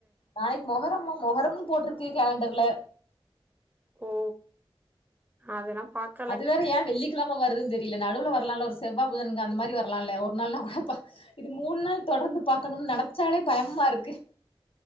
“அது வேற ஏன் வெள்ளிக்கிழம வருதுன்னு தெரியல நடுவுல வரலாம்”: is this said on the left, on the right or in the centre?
Left